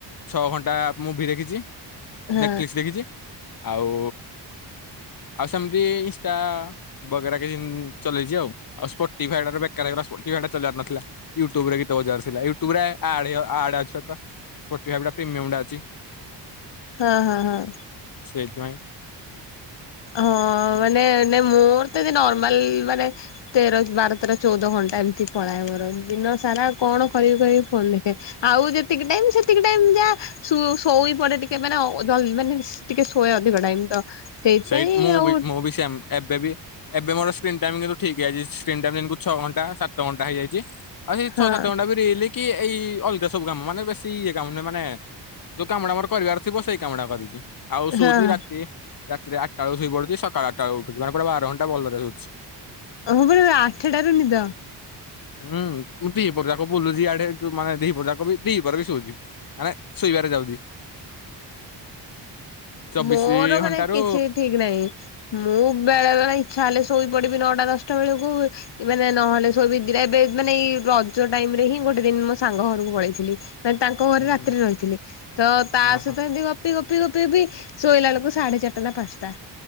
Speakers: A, on the left; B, on the left.
A: ଛଅ ଘଣ୍ଟା ମୁଭିି ଦେଖିଛି।
B: ହଁ
A: ନେଟକ୍ଫ୍ଲିକ୍ସ ଦେଖିଛି। ଆଉ। ଆଉ ସେମିତି ଇନ୍ଷ୍ଟା ବଗେରା କିଛି ଚଲେଇଛି ଆଉ ଆଉ ସ୍ପଟିଫାଏ ତ ବେକାର ହେଇଗଲା ଚଲେଇବାର ନଥିଲା ୟୁଟ୍ୟୁବରେ ଗୀତ ବଜେଇବାର ନଥିଲା। ୟୁଟ୍ୟୁବ ରେ ଆଡ୍ ଆଡ ଅଛି ସ୍ପଟିଫାଏ ଟା ପ୍ରିମିୟମ ଅଛି।
B: ହଁ ହଁ ହଁ।
A: ସେଇଥିପାଇଁ।
B: ହଁ ମାନେ ନ ମୋର ତ ନର୍ମାଲ ମାନେ ତେର ବାର ତେର ଚଉଦ ଘଣ୍ଟା ଏମିତି ପଳାଏ ମୋର ଦିନ ସାରା କଣ କରିବି କରିବି ଫୋନ ଦେଖେ ଆଉ ଯେତିକି ଟାଇମ ସେତିକି ଟାଇ ଯା ଶୁ ଶୋଇ ପଡେ ଟିକେ ମାନେ ମାନେ ଟିକେ ଶୋଏ ଅଧିକ ଟାଇମ ତ। ସେଇଥିପାଇଁ
A: ସେଇଠ ମୁଁ
B: ଆଉ
A: ବି ମୁଁ ବି ସେ ଏବେ ବି ଏବେ ମୋର ସ୍କ୍ରିନ୍ ଟାଇମ କିନ୍ତୁ ଠିକ ଆଇଚି ସ୍କ୍ରିନ୍ ଟା ବି ଛଅ ଘଣ୍ଟା ସାତ ଘଣ୍ଟା ହେଇଯାଇଛି ଆଉ ସେଇ
B: ହଁ
A: ଛଅ ସାତ ଘଣ୍ଟା ବି ରିଲ୍ କି ଏଇ ଅଲଗା ସବୁ କାମ ମାନେ ବେଶୀ ଇଏ କାମ ନୁହେଁ ମାନେ ଯେଉଁ କାମଟା ମୋର କରିବାର ଥିବ ସେଇ କାମଟା କରିଛି। ଆଉ ଶୋଉଚି
B: ହଁ
A: ରାତି ରାତିରେ ଆଠଟା ବେଳୁ ଶୋଇପଡୁଛି ସକାଳ ଆଠଟା ବେଳୁ ଉଠୁଛି ମାନେ ପୁରା ବାର ଘଣ୍ଟା ଭଲରେ ସୋଉଛି।
B: ହଁ ପ ଆଠଟାରୁ ନିଦ?
A: ହୁଁ ମୁଁ ଦିହି ପହର ଯାକ ବୁଲୁଛି ଇଆଡେ ଯ ମାନେ ଦି ପହର ବି ଶୋଉଛି ମାନେ ଶୋଇବାରେ ଯାଉଛି। ଚବିଶି
B: ମୋର
A: ଘଣ୍ଟାରୁ
B: ମାନେ କିଛି ଠିକ୍ ନାହିଁ ମୁଁ ବେଳେବେଳେ ଇଚ୍ଛା ହେଲେ ଶୋଇ ପଡି ବି ନଅଟା ଦଶଟା ବେଳକୁ ମାନେ ନହେଲେ ଶୋଇବି ଦିଟା। ମାନେ ଏଇ ରଜ ଟାଇମ ରେ ହିଁ ଗୋଟେ ଦିନ ମୋ ସାଙ୍ଗ ଘରକୁ ପଳେଇଥିଲି। ତାଙ୍କ ଘରେ
A: ହୁଁ
B: ରାତିରେ
A: ହୁଁ
B: ରହିଥିଲି ତ ତା
A: ଅ ହଁ
B: ଗପି ଗପି ଗପି ଗପି ଶୋଇଲା ବେଳୁକୁ ସାଢେ ଚାରଟା ନା ପାଞ୍ଚଟା।